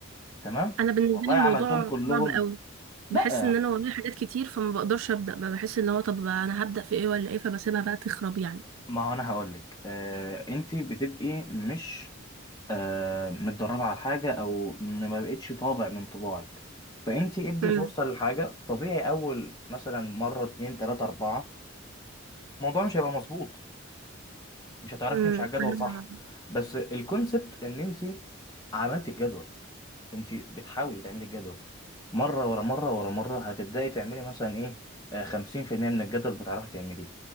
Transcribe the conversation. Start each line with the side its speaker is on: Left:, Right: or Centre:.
Left: تمام
Right: انا بالنسبه
Left: والله
Right: لي
Left: عملتهم
Right: الموضوع
Left: كلهم
Right: صعب قوي
Left: لا
Right: بحس ان انا ورايا حاجات كتير فما بقدرش ابدا بقى بحس ان هو طب انا هبدا في ايه ولا ايه فبسيبها بقى تخرب يعني
Left: ما هو انا هقول لك آه انت بتبقي مش آه، متدربة على حاجة أو م- ما بقتش طابع من طباعك فأنت ادي
Right: امم
Left: فرصة للحاجة طبيعي أول مثلا مرة اتنين تلاتة أربعة الموضوع مش هيبقى مظبوط مش هتعرفي
Right: امم
Left: تمشي على الجدول صح بس الكونسبت إن أنت عملت الجدول أنت بتحاولي تعملي الجدول مرة ورا مرة ورا مرة هتبدأي تعملي مثلا إيه آه، خمسين في المية من الجدول بتعرفي تعمليه